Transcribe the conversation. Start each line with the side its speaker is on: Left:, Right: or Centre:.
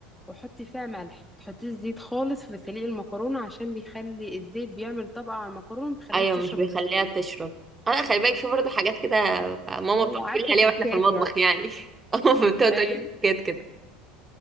Centre: وحطي فيها ملح تحطي الزيت خالص في سليق المكرونة عشان بيخلي الزيت بيعمل طبقة على المكرونة ما بيخليهاش
Right: ايوه
Centre: تشرب
Right: مش بيخليها
Centre: البشاميل
Right: تشرب انا خلي بالك في برضه حاجات كده ماما
Centre: ايوه
Right: بتقعد تقول
Centre: عارفه
Right: لي عليها
Centre: تريكات
Right: واحنا في المطبخ
Centre: يعني
Right: يعني <laughs> ماما بتقعد
Centre: ايوه
Right: تقول لي حاجات كده